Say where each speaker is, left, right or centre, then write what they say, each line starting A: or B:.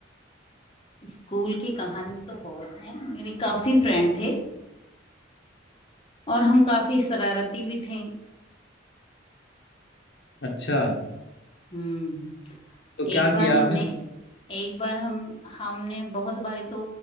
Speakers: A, on the left (about 30°); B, on the left (about 65°).
A: स्कूल की कहानी तो बहुत है मेरे काफी फ्रेंड थे और हम काफी शरारती भी थे
B: अच्छा
A: हम्म
B: तो
A: एक
B: क्या
A: बार
B: किया
A: हमने
B: आपने
A: एक बार हम हमने बहुत बारी तो